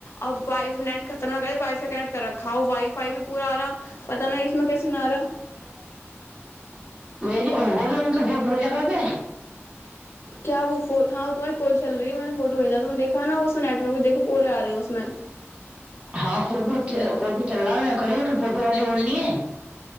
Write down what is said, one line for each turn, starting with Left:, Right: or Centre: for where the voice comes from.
Left: अब वाइ नेट खतम न कर वाईफाई कने्ट कर रखा वाईफाई भी पूरा आ रहा पता न इसमे कैसे नहि आ रहा
Right: ई अंगगर मतब भढर जगा छै <unintelligible> <inaudible>
Left: क्य वो हँ ओ तोम्हार कल है फोटो भेजा त देखा ना उस नेटवर्क देख पे आे है उमे
Right: हँ फोटो फोटो चलला करीोल फोटो वाली बोल है <unintelligible>